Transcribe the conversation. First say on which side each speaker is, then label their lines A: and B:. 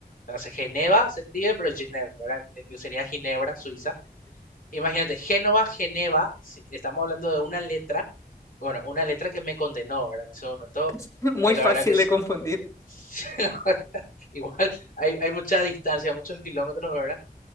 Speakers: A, on the left (about 60°); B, on the left (about 20°).
A: O sea, Geneva se escribe, pero Geneva, ¿verdad? Eh, Que sería Ginebra, Suiza. Imagínate, Génova, Geneva, sí, estamos hablando de una letra, bueno, una letra que me condenó, ¿verdad? En ese momento,
B: <laughs> Muy
A: que la
B: fácil
A: verdad que es-
B: de confundir.
A: <laughs> la verdad, igual hay, hay mucha distancia, muchos kilómetros, ¿verdad?